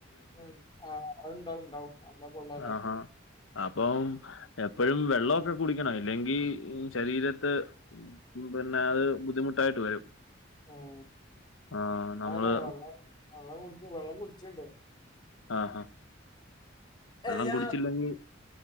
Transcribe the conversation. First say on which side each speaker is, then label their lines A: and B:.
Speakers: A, on the left; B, on the left.
A: ഉം ആഹ് ഉണ്ടാവും ഉണ്ടാവും നല്ല പൊള്ളലാ
B: ആ ഹാ അപ്പം എപ്പോഴും വെള്ളൊക്കെ കുടിക്കണം ഇല്ലെങ്കിൽ ശരീരത്ത് പിന്നെ അത് ബുദ്ധിമുട്ടായിട്ട് വരും.
A: ഉം
B: ആഹ് നമ്മള്
A: അയന്നെ വെള്ളം വെള്ളം കുടിക്ക് വെള്ളം കുടിച്ചിണ്ട്.
B: ആഹാ. വെള്ളം
A: എല്ലാ
B: കുടിച്ചില്ലെങ്കി